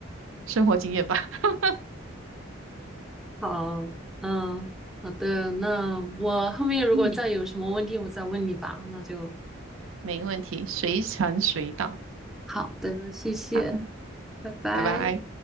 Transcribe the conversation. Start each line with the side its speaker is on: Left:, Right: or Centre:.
Right: 生活经验吧。<laughs>
Centre: 好，嗯，好的，那我后面如果再有什么问题，
Right: 嗯，
Centre: 我再问你吧。那就
Right: 没问题，随传随到。
Centre: 好的，谢谢，
Right: 好，
Centre: 拜拜。
Right: 拜拜。